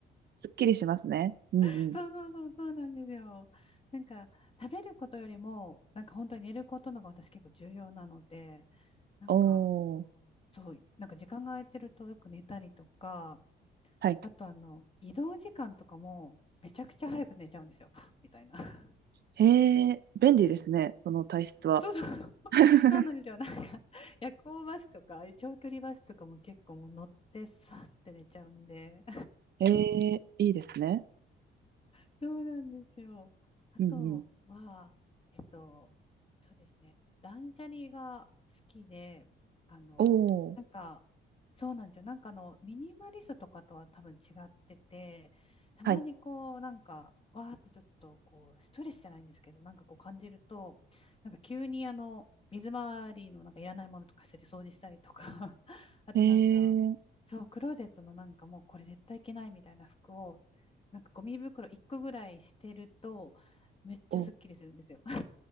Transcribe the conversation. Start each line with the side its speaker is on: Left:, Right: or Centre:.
Right: すっきりしますね。うんうん。
Left: <laughs> そうそうそう、そうなんですよ。なんか、食べることよりも、なんか本当に寝ることのが私結構重要なので、なんか、
Right: おー。
Left: あのそう、なんか時間が空いてるとよく寝たりとか、
Right: はい。
Left: あとあの、移動時間とかも、めちゃくちゃ早く寝ちゃうんですよ。<laughs> みたいな。<laughs>
Right: へえ、便利ですね。その体質は。
Left: そうそう。<laughs>
Right: <laughs>
Left: そうなんですよ。なんか、夜行バスとか、ああいう長距離バスとかも結構もう乗って、さーって寝ちゃうんで、
Right: へえ、いいですね。
Left: そうなんですよ。あとは、
Right: うんうん。
Left: えっと、そうですね、断捨離が好きで、あの、
Right: おー。
Left: なんか、そうなんですよ。なんかあの、ミニマリストとかとは多分違ってて、たまにこう、
Right: はい。
Left: なんか、わーってちょっとこう、ストレスじゃないんですけど、なんかこう感じると、なんか急にあの、水回りのなんかいらないものとか捨てて掃除したりとか、<laughs> あとなんか、
Right: へえ、
Left: そう、クローゼットのなんかもうこれ絶対いけないみたいな服をなんかゴミ袋1個ぐらいしてると、めっちゃすっきりするんですよ。
Right: お、